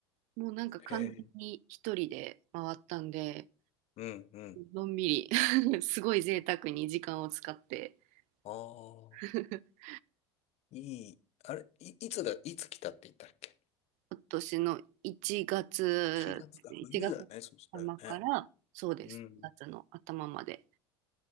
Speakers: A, on the right (about 60°); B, on the left (about 50°).
A: もうなんか完全に一人で回ったんで、
B: へえ。うんうん。
A: のんびり <laughs> すごい贅沢に時間を使って
B: ああ、
A: <laughs>
B: いい。あれ、い、いつだ、いつ来たって言ったっけ
A: 今年の1月ですね、
B: ?1 月か、冬だね、
A: 1月の頭から、
B: そしたらね。
A: そうです、
B: うん。
A: 夏の頭まで。